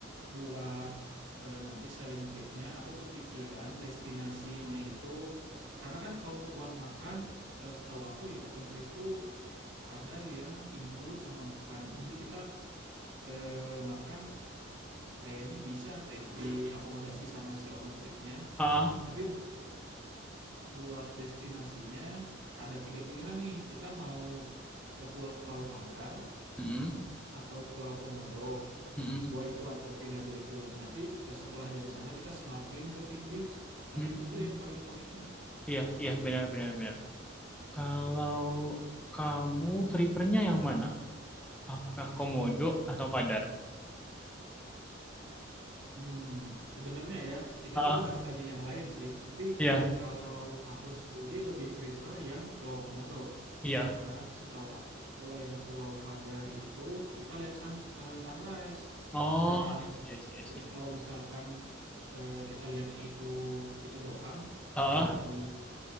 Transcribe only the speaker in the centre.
Ah,
mm-mm,
mm-mm,
mm-mm.
Iya, iya, benar-benar benar. Kalau kamu free nya yang mana? Apakah Komodo atau Padar?
Ah,
iya,
iya.
Oh,
I see, I see, I see.
Heeh.